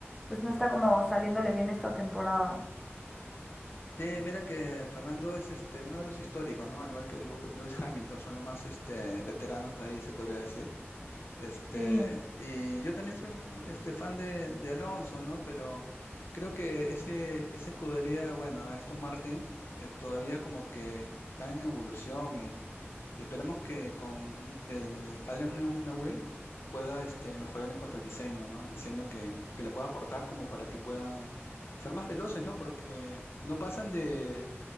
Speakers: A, in the centre; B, on the left.
A: pues no está como saliéndole bien esta temporada.
B: Sí, mira que Fernando es este uno de los históricos, ¿no? Al igual que Lu- Lewis Hamilton, son los más este veteranos de ahí, se podría decir. Este,
A: Sí.
B: y yo también soy un este, fan de, de Alonso, ¿no? Pero creo que ese, esa escudería, bueno, Aston Martin, eh, todavía como que está en evolución y, y esperemos que con el Adrian Neu- Newey pueda este, mejorar en cuanto al diseño, ¿no? El diseño que, que le pueda aportar como para que puedan ser más veloces, ¿no? Porque no pasan de,